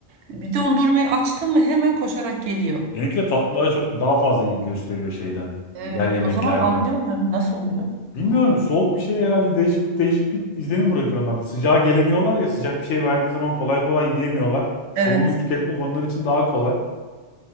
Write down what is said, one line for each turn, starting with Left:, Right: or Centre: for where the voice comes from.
Right: Bir dondurmayı açtın mı hemen koşarak geliyor.
Left: Benimki de tatlılara çok daha fazla ilgi gösteriyor şeyden.
Right: Evet.
Left: Diğer yemeklerden.
Right: O zaman anlıyorlar mı? Nasıl oluyor?
Left: Bilmiyorum soğuk bir şey herhalde değişik bir değişik bir izlenim bırakıyor onlarda. Sıcağa gelemiyorlar ya sıcak bir şey verdiğin zaman kolay kolay yiyemiyorlar. Soğuğu
Right: Evet.
Left: tüketmek onlar için daha kolay.